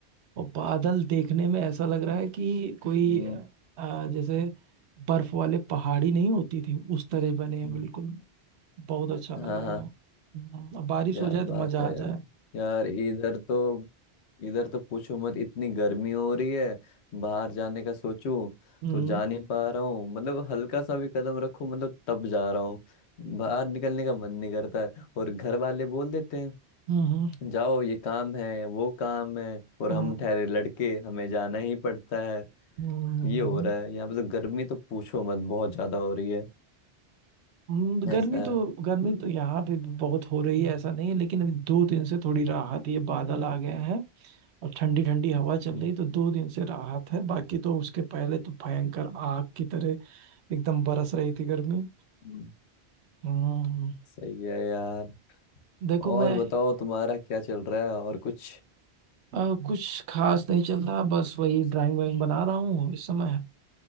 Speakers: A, on the right (about 85°); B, on the left (about 85°).
A: और बादल देखने में ऐसा लग रहा है कि कोई
B: हम्म
A: आ, जैसे बर्फ वाले पहाड़ी नहीं होती थी उस तरह बने हैं
B: हम्म।
A: बिल्कुल बहुत अच्छा
B: हाँ
A: लग रहा
B: हाँ
A: है हम्म, अब बारिश
B: क्या
A: हो जाए तो
B: बात
A: मजा
B: है
A: आ जाए
B: यार यार इधर तो इधर तो पूछो मत इतनी गर्मी हो रही है बाहर जाने का सोचूं
A: हम्म
B: तो जा नहीं पा रहा हूँ मतलब हल्का सा भी कदम रखूं मतलब तब जा रहा हूँ बाहर निकलने का मन नहीं करता है और घर वाले बोल देते हैं
A: हम्म
B: जाओ ये काम है वो काम है और
A: हम्म
B: हम ठहरे लड़के हमें जाना ही पड़ता है
A: हम्म,
B: ये हो रहा है यहाँ पे तो गर्मी तो पूछो मत बहुत ज्यादा हो रही है
A: हम्म,
B: ऐसा
A: गर्मी
B: है
A: तो गर्मी तो यहाँ पे भी बहुत हो रही है ऐसा नहीं है लेकिन अभी दो दिन से थोड़ी राहत ये बादल आ गए हैं और ठंडी ठंडी हवा चल
B: हम्म,
A: रही तो दो दिन से राहत है बाकी तो उसके पहले तो भयंकर आग की तरह एकदम बरस रही थी गर्मी
B: हम्म,
A: हम्म,
B: सही है यार
A: देखो
B: और
A: मैं
B: बताओ तुम्हारा क्या चल रहा है और कुछ
A: अ, कुछ खास नहीं चल रहा बस वही ड्राइंग वाइंग बना रहा हूँ इस समय